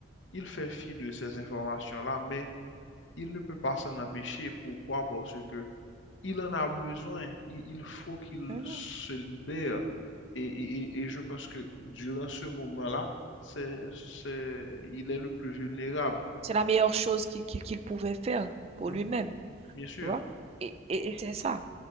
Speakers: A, on the left; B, on the right.
A: il fait fi de ces informations-là, mais il ne peut pas s'en empêcher. Pourquoi? Parce que il en a besoin, il, il faut qu'il
B: mhm.
A: se libère. Et, et- et- et je pense que durant ce moment-là, c'est, c'est, il est le plus vulnérable.
B: C'est la meilleure chose qu'il qu'il- qu'il pouvait faire pour
A: Mhm,
B: lui-même,
A: bien sûr.
B: tu vois. Et, et- et c'est ça.